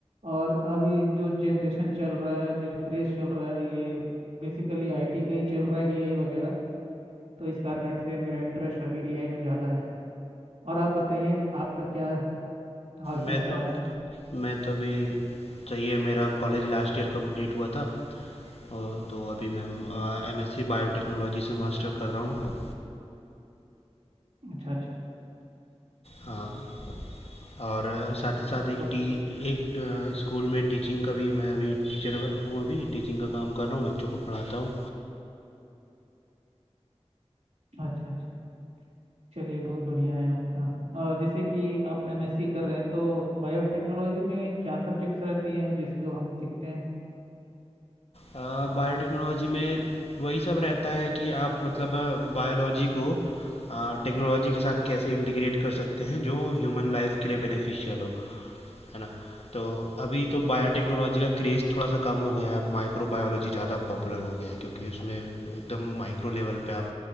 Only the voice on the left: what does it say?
मैं
तो
मैं तो अभी चाहिए मेरा कॉलेज लास्ट ईयर कंप्लीट हुआ था और तो अभी मैं एमएससी बायोटेक्नोलॉजी से मास्टर कर रहा हूँ
हाँ और साथ ही साथ एक
टी एक अ, स्कूल में टीचिंग का भी मैं अभी टीचर हूँ अभी टीचिंग का काम कर रहा हूँ बच्चों को पढ़ाता हूँ
अ, बायोटेक्नोलॉजी में वही सब रहता है कि आप मतलब बायोलॉजी को अ, टेक्नोलॉजी के साथ कैसे इंटीग्रेट कर सकते हैं जो ह्यूमन लाइफ के लिए बेनिफिशियल हो है ना तो अभी तो बायोटेक्नोलॉजी का क्रेज़ थोड़ा सा कम हो गया है अब माइक्रो बायोलॉजी ज़्यादा पॉपुलर हो गया है क्योंकि उसमें एकदम माइक्रो लेवल पे आप